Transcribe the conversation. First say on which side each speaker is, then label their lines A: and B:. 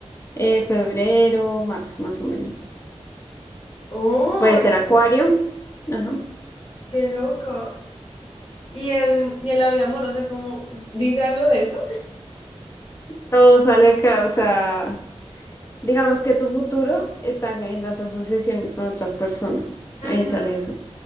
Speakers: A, on the left; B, on the left.
A: Eh, febrero, marzo, más o menos.
B: ¡Oh,
A: Puede ser Acuario. Ajá.
B: qué loco! ¿Y en, y en la vida amorosa, cómo dice algo de eso?
A: Todo sale acá, o sea, digamos que tu futuro está en las asociaciones con otras personas.
B: Ujú.
A: Ahí sale eso,